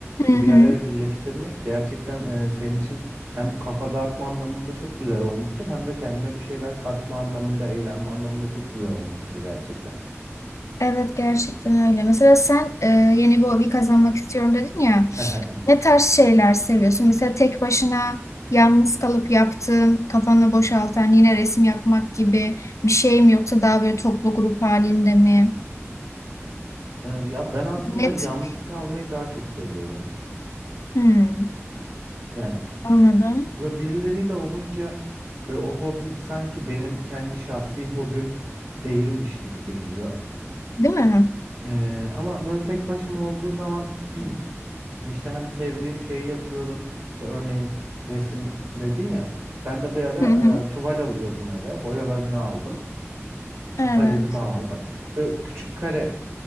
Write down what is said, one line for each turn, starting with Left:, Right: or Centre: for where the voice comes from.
Left: Hı
Right: Bir
Left: hı.
Right: araya birleştirmek gerçekten e, senin için hem kafa dağıtma anlamında çok güzel olmuştur hem de kendine bir şeyler katma anlamında, eğlenme anlamında çok güzel olmuştur gerçekten.
Left: Evet gerçekten öyle. Mesela sen e, yeni bir hobi kazanmak istiyorum dedin ya.
Right: E,
Left: Ne tarz şeyler seviyorsun? Mesela tek başına yalnız kalıp yaptığın, kafanı boşaltan, yine resim yapmak gibi bir şey mi yoksa daha böyle toplu grup halinde mi?
Right: ya ben aslında
Left: Ne
Right: yalnız
Left: tür?
Right: kalmayı daha çok seviyorum.
Left: Hmm,
Right: Yani
Left: anladım.
Right: böyle birileriyle olunca ve o hobi sanki benim kendi şahsi hobim değilmiş gibi geliyor.
Left: Değil mi?
Right: E, ama böyle tek başıma olduğu zaman <clears throat> İşte hem sevdiğim şeyi yapıyorum. İşte örneğin resim dedin ya. Ben de bir ara
Left: Hı hı.
Right: e, tuval alıyordum eve. Boyalarını aldım.
Left: Evet.
Right: Paletimi aldım. Böyle küçük kare